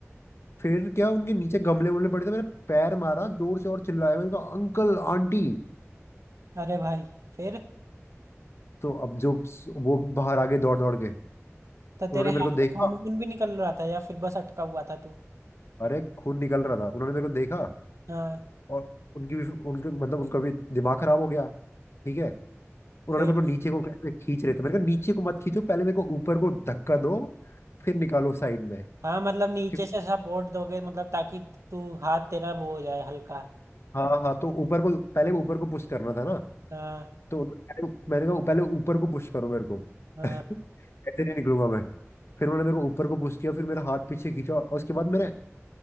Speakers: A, on the left; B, on the right.
A: फिर क्या उनके नीचे गमले वमले पड़े थे मैंने पैर मारा जोर से और चिल्लाया मैंने कहा अंकल आंटी
B: अरे भाई फिर
A: तो अब जो वो बाहर आ गए दौड़ दौड़ के
B: तो
A: उन्होंने
B: तेरे
A: मेरे
B: हाथ
A: को देखा
B: में खून वून भी निकल रहा था या फिर बस अटका हुआ था तू
A: अरे खून निकल रहा था उन्होंने मेरे को देखा
B: हाँ
A: और उनकी भी उनके मतलब उनका भी दिमाग खराब हो गया ठीक है उन्होंने
B: फिर
A: मेरे को नीचे को ऐसे खींच रहे थे मैंने कहा नीचे को मत खींचो पहले मेरे को ऊपर को धक्का दो फिर निकालो साइड में
B: हाँ मतलब नीचे
A: क्यों-
B: से सपोर्ट दोगे मतलब ताकि तू हाथ तेरा वो हो जाए हल्का
A: हाँ हाँ तो ऊपर को पहले ऊपर को पुश करना था ना
B: हाँ
A: तो उन्होंने- पहले- मैंने कहा पहले ऊपर को पुश करो मेरे को
B: हाँ
A: <laughs> ऐसे नहीं निकलूंगा मैं फिर उन्होंने मेरे को ऊपर को पुश किया फिर मेरा हाथ पीछे खींचा और उसके बाद मैंने